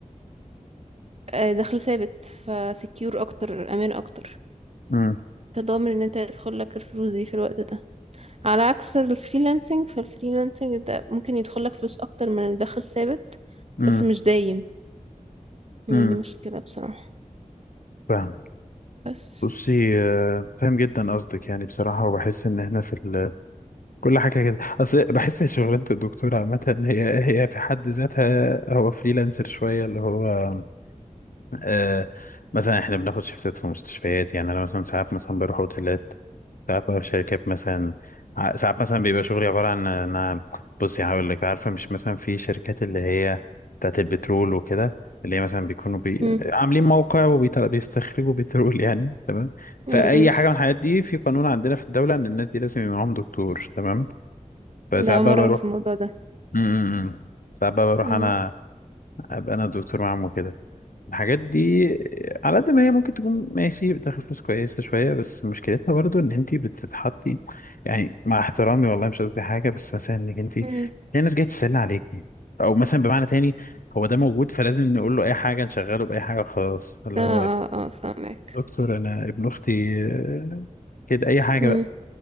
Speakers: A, on the right; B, on the left.
A: آه، دخل ثابت فسكيور اكتر امان اكتر
B: امم
A: تضامن ان انت يدخل لك الفلوس دي في الوقت ده على عكس الفريلانسنج فالفريلانسنج ده ممكن يدخلك فلوس اكتر من الدخل الثابت
B: امم
A: بس مش دايم يعني
B: امم
A: دي مشكلة بصراحة
B: فاهمك
A: بس
B: بصي آه، فاهم جدا قصدك يعني بصراحة وبحس ان احنا في كل حاجة كده أصل بحس شغلانة الدكتور عامة هي هي في حد ذاتها هو فريلانسر شوية اللي هو آه مثلا احنا بناخد شيفتات في مستشفيات يعني أنا مثلا ساعات مثلا بروح أوتيلات ساعات بروح شركات مثلا ع- ساعات مثلا بيبقى شغلي عبارة عن إن أنا بصي هقول لك عارفة مش مثلا في شركات اللي هي بتاعت البترول وكده اللي هي مثلا بيكونوا بي...
A: امم
B: عاملين موقع وبيستخرجوا بترول يعني تمام فأي
A: امم
B: حاجة من الحاجات دي في قانون عندنا في الدولة إن الناس دي لازم يبقى معاهم دكتور تمام فساعات
A: ده أول
B: بقى
A: مرة
B: بروح
A: أعرف الموضوع ده
B: امم ساعات بقى بروح
A: امم
B: انا ابقى انا الدكتور معاهم وكده الحاجات دي على قد ما هي ممكن تكون ماشي بتاخد فلوس كويسة شوية بس مشكلتها برضو ان انت بتتحطي يعني مع احترامي والله مش قصدي حاجة بس مثلا انك انت في
A: امم
B: ناس جاية تسألني عليكي او مثلا بمعنى تاني هو ده موجود فلازم نقول له اي حاجة نشغله بأي حاجة خلاص اللي
A: اه
B: هو
A: اه اه فاهمك
B: دكتور انا ابن اختي آه، كده اي حاجة
A: امم
B: بقى